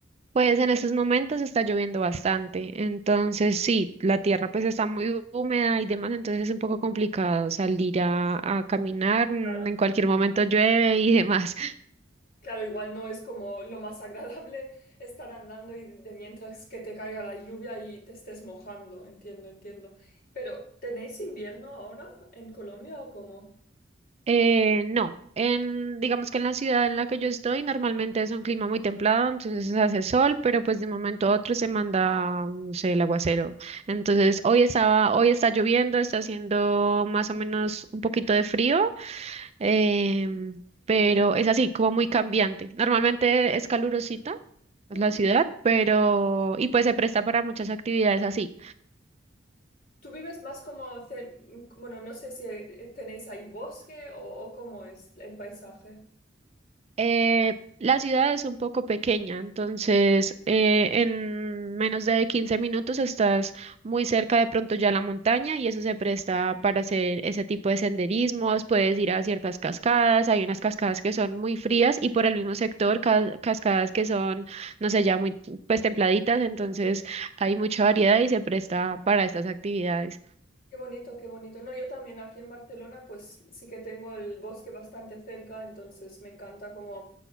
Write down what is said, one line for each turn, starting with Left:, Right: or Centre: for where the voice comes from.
Right: Pues en estos momentos está lloviendo bastante, entonces sí, la tierra pues está muy húmeda y demás, entonces es un poco complicado salir a, a caminar, mm,
Left: Claro.
Right: en cualquier momento llueve y <laughs> demás.
Left: Claro, igual no es como lo más agradable estar andando y de mientras que te caiga la lluvia y te estés mojando, entiendo, entiendo. Pero ¿tenéis invierno ahora en Colombia o cómo?
Right: Eh, no, en, digamos que en la ciudad en la que yo estoy normalmente es un clima muy templado, entonces hace sol, pero pues de un momento a otro se manda, no sé, el aguacero. Entonces hoy estaba, hoy está lloviendo, está haciendo más o menos un poquito de frío, em, pero es así, como muy cambiante. Normalmente es calurosita
Left: Ujú.
Right: la ciudad, pero y pues se presta para muchas actividades así.
Left: ¿Tú vives más como, cer- bueno, no sé si eh, tenéis ahí bosque o, o cómo es el paisaje?
Right: Eh, la ciudad es un poco pequeña, entonces eh, en menos de 15 minutos estás muy cerca de pronto ya a la montaña y eso se presta para hacer ese tipo de senderismos, puedes ir a ciertas cascadas, hay unas cascadas que son muy frías y por el mismo sector ca- cascadas que son, no sé, ya muy pues templaditas, entonces hay mucha variedad y se presta para estas actividades.
Left: Qué bonito, qué bonito. No, yo también aquí en Barcelona, pues sí que tengo el bosque bastante cerca, entonces me encanta como